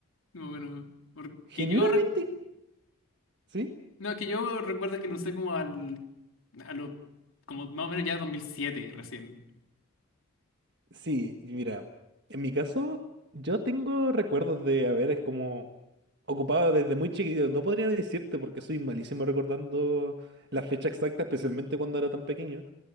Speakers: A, on the left; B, on the right.
A: más o menos. Porque
B: Genuinamente,
A: yo, rec-
B: ¿sí?
A: no, es que yo recuerdo que lo usé como al, a los, como más o menos ya 2007 recién.
B: Sí, mira, en mi caso, yo tengo recuerdos de haber es como ocupado desde muy chiquitito. No podría decirte porque soy malísimo recordando la fecha exacta, especialmente cuando era tan pequeño.